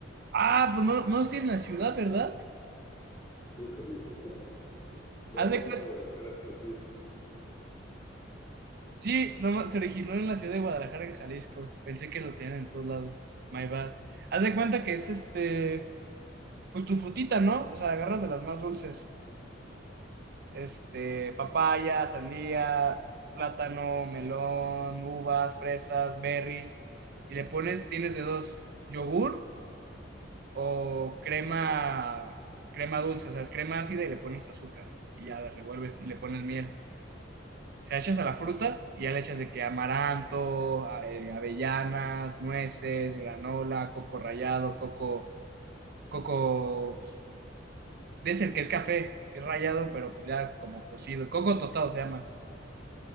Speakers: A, on the right; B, on the left.
A: Ah, pues no, no estoy en la ciudad, ¿verdad?
B: Creo que no. <laughs> No,
A: Haz de cuenta.
B: es de Guadalajara exclusivo.
A: Sí, nomás se originó en la ciudad de Guadalajara, en Jalisco. Pensé que lo tenían en todos lados. My bad. Haz de cuenta que es este, pues tu frutita, ¿no? O sea, agarras de las más dulces.
B: Ujú.
A: Este, papaya, sandía, plátano, melón, uvas, fresas, berries. Y le pones, tienes de dos, yogur o crema, crema dulce. O sea, es crema ácida y le pones azúcar. Y ya la revuelves y le pones miel. sea, echas a la fruta y ya le echas de que amaranto, a- eh, avellanas, nueces, granola, coco rallado, coco, coco, pues, dicen que es café, que es rallado, pero pues ya como cocido, coco tostado se llama.